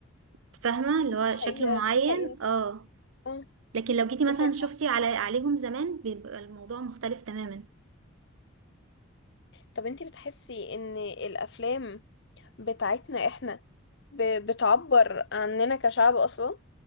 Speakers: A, on the right; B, on the left.
A: فاهمة اللي
B: دي
A: هو
B: حقيقة
A: شكل معين
B: دي حقيقة
A: اه
B: اه
A: لكن لو جيتي مثلا
B: دي حقيقة
A: شفتي على عليهم زمان بيبقى الموضوع مختلف تماما
B: طب انتي بتحسي ان الافلام بتاعتنا احنا ب- بتعبر عننا كشعب اصلا